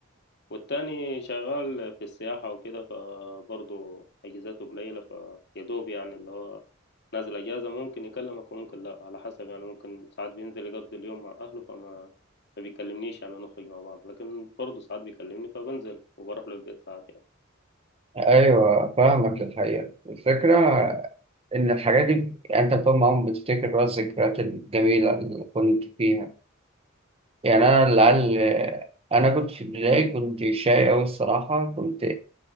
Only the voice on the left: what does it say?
والتاني شغال في السياحة وكده فبرضه أجازاته قليلة فيدوب يعني اللي هو نازل أجازة ممكن يكلمك وممكن لأ على حسب يعني ممكن ساعات بينزل يقضي اليوم مع أهله فما ما بيكلمنيش يعني نخرج مع بعض لكن برضه ساعات بيكلمني فبنزل وبروح له البيت ساعات يعني